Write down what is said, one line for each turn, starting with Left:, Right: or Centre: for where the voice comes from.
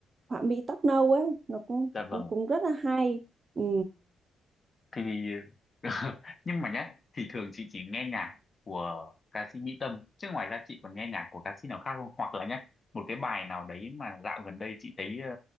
Right: họa mi tóc nâu ấy nó cũng
Left: dạ
Right: cũng
Left: vâng.
Right: cũng rất là hay ừ.
Left: thì <laughs> nhưng mà nhá thì thường chị chỉ nghe nhạc của ca sĩ Mỹ Tâm chứ ngoài ra chị còn nghe nhạc của ca sĩ nào khác không hoặc là nhá một cái bài nào đấy mà dạo gần đây chị thấy ờ,